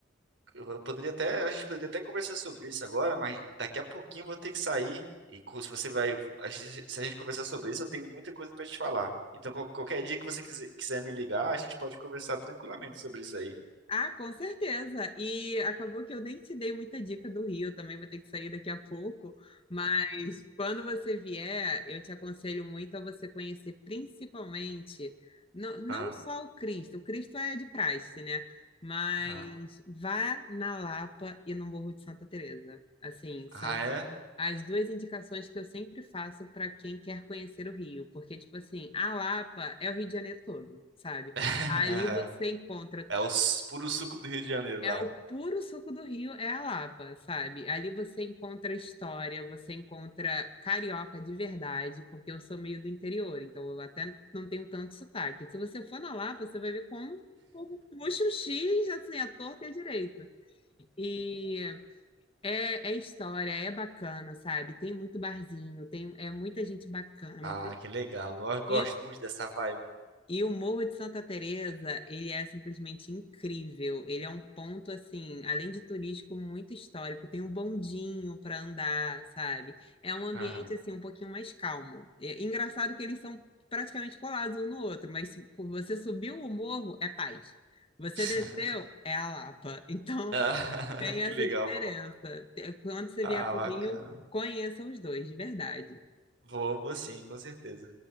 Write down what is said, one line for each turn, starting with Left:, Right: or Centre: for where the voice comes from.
Right: Eu poderia até, a gente poderia até conversar sobre isso agora, mas daqui a pouquinho eu vou ter que sair. E co- se você vai, a gente- se a gente conversar sobre isso, eu tenho muita coisa pra te falar. Então, qual- qualquer dia que você quiser, quiser me ligar, a gente pode conversar tranquilamente sobre isso aí.
Left: Ah, com certeza. E acabou que eu nem te dei muita dica do Rio, também vou ter que sair daqui a pouco, mas quando você vier, eu te aconselho muito a você conhecer principalmente, não, não
Right: Ah,
Left: só o Cristo, o Cristo é de praxe, né? Mas
Right: ah,
Left: vá na Lapa e no Morro de Santa Teresa. Assim, são
Right: ah, é?
Left: as duas indicações que eu sempre faço para quem quer conhecer o Rio, porque tipo assim, a Lapa é o Rio de Janeiro todo, sabe?
Right: <laughs>
Left: Ali você encontra
Right: É o s- puro suco do Rio de Janeiro
Left: é
Right: lá.
Left: o puro suco do Rio, é a Lapa, sabe? Ali você encontra história, você encontra carioca de verdade, porque eu sou meio do interior, então eu até não tenho tanto sotaque. Se você for na Lapa, você vai ver como como puxa o X, assim, a torta e a direita. E é, é história, é bacana, sabe? Tem muito barzinho, tem é muita gente bacana.
Right: Ah, que legal. Eu gosto
Left: E
Right: muito dessa vibe.
Left: e o Morro de Santa Teresa, ele é simplesmente incrível. Ele é um ponto assim, além de turístico, muito histórico. Tem um bondinho para andar, sabe? É um ambiente
Right: Aham.
Left: assim um pouquinho mais calmo. É engraçado que eles são praticamente colados um no outro, mas se você subiu o morro é paz. Você
Right: <laughs>
Left: desceu é a Lapa. Então
Right: Ah,
Left: <laughs> tem
Right: que
Left: essa
Right: legal,
Left: diferença.
Right: pô.
Left: Te- Quando você
Right: Ah,
Left: vier para
Right: bacana.
Left: o Rio, conheça os dois, de verdade.
Right: Vou, vou sim, com certeza.